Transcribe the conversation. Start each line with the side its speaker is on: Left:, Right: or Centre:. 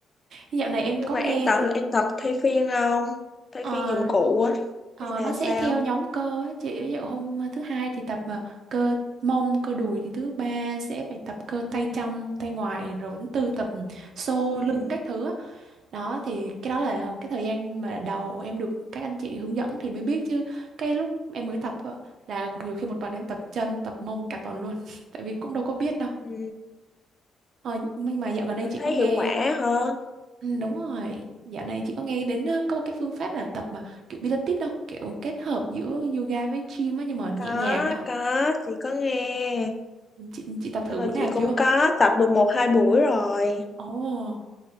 Right: dạo này em
Left: nhưng
Right: có
Left: mà
Right: nghe
Left: em tập là em tập thay phiên không thay
Right: ờ,
Left: phiên dụng cụ á
Right: ờ,
Left: hay là
Right: nó sẽ
Left: sao
Right: theo nhóm cơ á chị ví dụ hôm thứ hai thì tập mà cơ mông cơ đùi thì thứ ba sẽ phải tập cơ tay trong tay ngoài rồi thứ tư tập xô
Left: ừ.
Right: lưng các thứ á. đó thì cái đó là cái thời gian mà đầu em được các anh chị hướng dẫn thì mới biết chứ cái lúc em mới tập á, là nhiều khi một tuần em tập chân tập mông cả tuần luôn <laughs> tại vì cũng đâu có biết đâu
Left: Ừ.
Right: ờ, nhưng mà dạo gần đây
Left: em
Right: chị
Left: thấy
Right: có nghe
Left: hiệu quả hả
Right: Ừ, đúng rồi, dạo này chị có nghe đến ờ, có một cái phương pháp là tập mà kiểu Pilates đâu, kiểu kết hợp giữa yoga với gym á nhưng mà nhẹ
Left: có
Right: nhàng á.
Left: có chị có nghe
Right: Chị, chị tập thử
Left: tức là
Right: bữa nào
Left: chị
Right: chưa?
Left: cũng có tập được một hai buổi rồi
Right: Ồ,